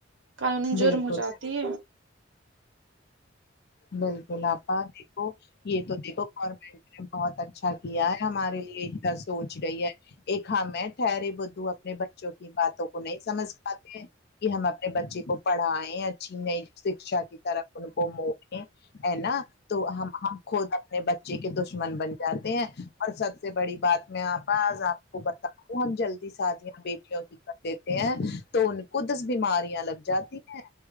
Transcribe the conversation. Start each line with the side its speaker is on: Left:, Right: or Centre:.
Right: قانون
Left: بالکل
Right: جرم ہو جاتی ہے
Left: بالکل آپا دیکھو یہ تو دیکھو بہت اچھا کیا ہے ہمارے لیے ایک سونچ رہی ہے ایک ہم ہے ٹھہرے بدھو اپنے بچوں کی باتوں کو نہیں سمجھ ہیں کہ ہم اپنے بچے کو پڑھائے اچھی نئی شکشا کی طرف ان کو مو ہے نا تو ہم ہم خود اپنے بچے کے دشمن بنے جاتے ہیں اور سب سے بڑی بات میں آپا آپ کو بتاؤ ہم جو جلدی شادیاں بیٹیوں کی کر دیتے ہیں تو ان کو دس بیماریاں لگ جاتی ہیں